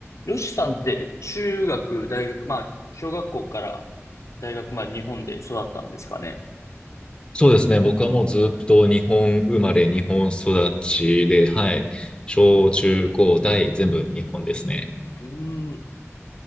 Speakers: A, on the left (about 85°); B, on the left (about 20°).
A: よしさんって中学、大学、まあ、小学校から大学まで日本で育ったんですかね。
B: そうですね。僕はもうずっと日本生まれ、日本育ちで、はい。小中高大全部日本ですね。
A: うーん。